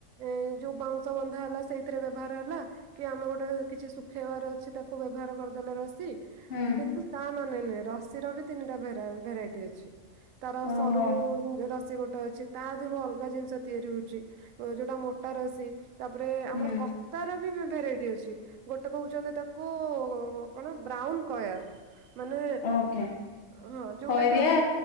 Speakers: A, on the right (about 75°); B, on the left (about 55°).
A: ଏ ଯେଉଁ ବାଉଁଶ ବନ୍ଧା ହେଲା ସେଇଥିରେ ବ୍ୟବହାର ହେଲା? କି ଆମେ ଗୋଟେ କିଛି ଶୁଖେଇବାର ଅଛି ତାକୁ ବ୍ୟବହାର କରିଦେଲେ ରସି
B: ହୁଁ।
A: କିନ୍ତୁ ତା ମାନେ ନୁହେଁ ରସି ର ବି ତିନିଟା ଭେରା ଭେରାଇଟି ଅଛି। ତାର
B: ଓହୋ
A: ସରୁ ରସି ଗୋଟେ ଅଛି। ତା ଦେହରୁ ଅଲଗା ଜିନିଷ ତିଆରି ହଉଛି ଯେଉଟା ମୋଟାର ରସି ତାପରେ
B: ହୁଁ
A: ଆମର କ ତାର ବି ଭେ ଭେରାଇଟି ଅଛି ଗୋଟେ କହୁଛନ୍ତି ତାକୁ କଣ ବ୍ରାଉନ କୟାର। ମାନେ
B: ଓକେ
A: ହଁ ଯୋଉଟା
B: ଖଇରିଆ
A: କି ଆମେ